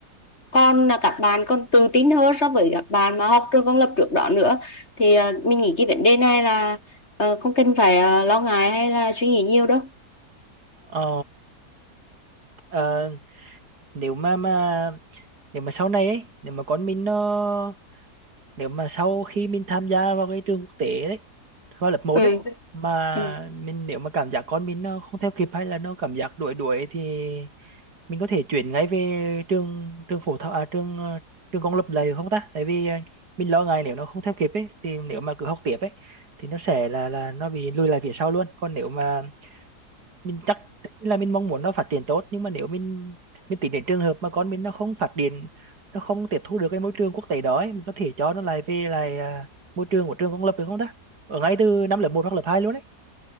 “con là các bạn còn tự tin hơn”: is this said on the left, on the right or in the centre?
Left